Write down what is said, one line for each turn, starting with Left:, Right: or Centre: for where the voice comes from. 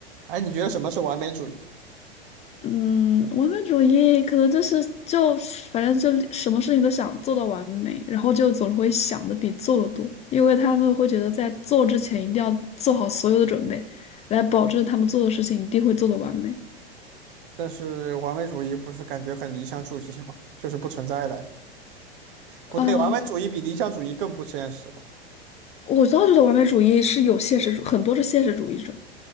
Right: 哎，你觉得什么是完美主义？
Left: 嗯，完美主义可能就是就反正就什么事情都想做到完美，然后就总会想的比做的多，因为他们会觉得在做之前一定要做好所有的准备，来保证他们做的事情一定会做的完美。
Right: 但是完美主义不是感觉很理想主义吗？就是不存在的呀不对，
Left: 啊，
Right: 完美主义比理想主义更不现实吧？
Left: 我倒觉得完美主义是有现实主，很多是现实主义者，